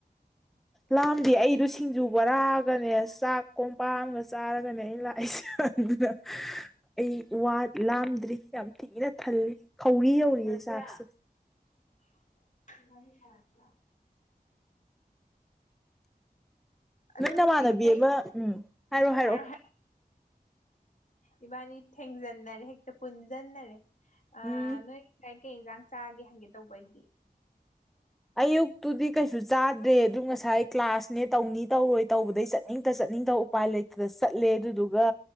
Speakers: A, on the left (about 50°); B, in the centre.
A: <inaudible>
B: ꯂꯥꯝꯗꯦ ꯑꯩꯗꯣ ꯁꯤꯡꯖꯨ ꯕꯣꯔꯥꯒꯅꯦ ꯆꯥꯛ ꯀꯣꯝꯄꯛꯑꯝꯒ ꯆꯥꯔꯒꯅꯦ ꯑꯩꯅ ꯂꯥꯛꯏꯁꯦ ꯑꯗꯨꯅ
A: <inaudible>
B: ꯑꯩ ꯋꯥꯠ ꯂꯥꯝꯗ꯭ꯔꯤ ꯌꯥꯝ ꯊꯤꯅ ꯊꯜꯂꯤ ꯈꯧꯔꯤ ꯌꯧꯔꯤꯌꯦ ꯆꯥꯛꯁꯦ
A: <unintelligible> ꯋꯥꯔꯤ ꯁꯟꯅꯁꯤ ꯂꯥꯛꯑꯣ ꯑꯗꯨ
B: ꯅꯃꯥꯟꯅꯕꯤ
A: ꯅꯣꯏ ꯀꯩ
B: ꯑꯃ ꯎꯝ
A: ꯎꯝ
B: ꯍꯥꯏꯔꯛꯑꯣ
A: ꯍꯥꯏꯔꯣ ꯍꯥꯠ ꯏꯕꯥꯅꯤ ꯊꯦꯡꯖꯟꯅꯔꯦ ꯍꯛꯇ ꯄꯨꯟꯖꯟꯅꯔꯦ ꯑꯥ
B: ꯎꯝ
A: ꯅꯣꯏꯒꯤ ꯉꯁꯥꯏ ꯀꯩ ꯏꯟꯖꯥꯡ ꯆꯥꯒꯦ ꯍꯪꯒꯦ ꯇꯧꯕ ꯑꯩꯗꯤ
B: ꯑꯌꯨꯛꯇꯨꯗꯤ ꯀꯩꯁꯨ ꯆꯥꯗꯦ ꯑꯗꯨ ꯉꯁꯥꯏ ꯀ꯭ꯂꯥꯁꯅꯦ ꯇꯧꯅꯤ ꯇꯧꯔꯣꯏ ꯇꯧꯕꯗꯩ ꯆꯠꯅꯤꯡꯇ ꯆꯠꯅꯤꯡꯇ ꯎꯄꯥꯥꯏ ꯂꯩꯇꯗ ꯆꯠꯂꯦ ꯑꯗꯨꯗꯨꯒ